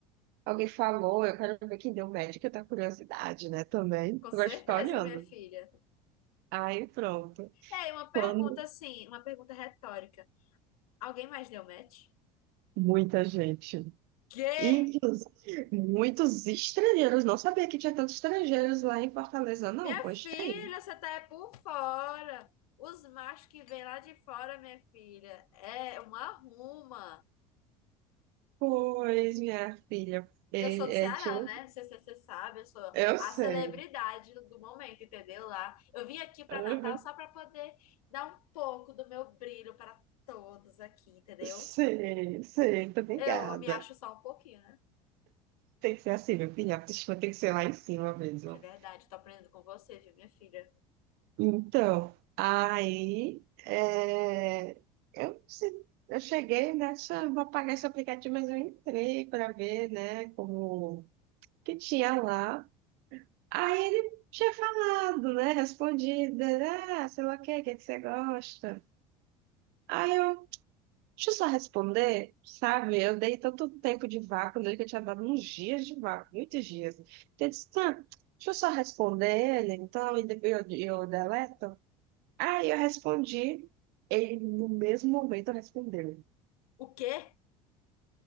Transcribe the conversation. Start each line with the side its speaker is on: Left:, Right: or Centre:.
Right: Alguém falou, eu quero ver quem deu médico, eu tenho curiosidade, né? Também.
Left: Com
Right: Eu
Left: certeza,
Right: gosto de ficar olhando.
Left: minha filha.
Right: Aí pronto.
Left: É, e uma pergunta
Right: Quando
Left: assim, uma pergunta retórica. Alguém mais deu match?
Right: muita gente.
Left: Quê?
Right: Inclusive, muitos estrangeiros. Não sabia que tinha tantos estrangeiros lá em Fortaleza, não.
Left: Minha
Right: Pois
Left: filha,
Right: tem.
Left: você tá é por fora. Os machos que vêm lá de fora, minha filha, é uma arruma.
Right: Pois, minha filha, é,
Left: Eu sou do Ceará,
Right: é, tinha um-
Left: né? Não sei se você sabe, eu sou
Right: eu
Left: a
Right: sei.
Left: celebridade do momento, entendeu? Lá. Eu vim aqui para
Right: Aham.
Left: Natal só para poder dar um pouco do meu brilho para todos aqui, entendeu?
Right: Sei, sei, muito obrigada.
Left: Eu, eu me acho só um pouquinho, né?
Right: Tem que ser assim, meu filho, a autoestima tem que ser lá em cima mesmo.
Left: É verdade, tô aprendendo com você, viu, minha filha?
Right: Então, aí é, eu, se- eu cheguei nessa, vou apagar esse aplicativo, mas eu entrei para ver, né, como que tinha lá. Aí ele tinha falado, né, respondido, né, ah, sei lá o que, o que é que você gosta? Aí eu, deixa eu só responder, sabe? Eu dei tanto tempo de vácuo nele que eu tinha dado uns dias de vácuo, muitos dias. Então, eu disse, tá, deixa eu só responder ele, então, e depois eu, eu deleto. Aí eu respondi, ele no mesmo momento respondeu.
Left: O quê?